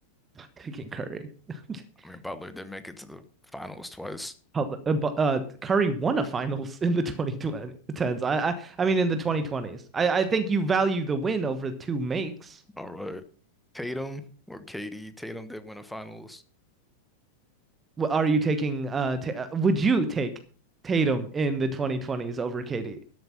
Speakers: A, on the right; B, in the centre.
A: <laughs> taking Curry. <laughs>
B: I mean, Butler did make it to the finals twice.
A: Hell, Uh, bu- uh, Curry won a finals in the 2010s. I, I I mean in the 2020s. I I think you value the win over two makes.
B: All right. Tatum or KD. Tatum did win a finals.
A: W- Are you taking uh, ta uh would you take Tatum in the 2020s over KD?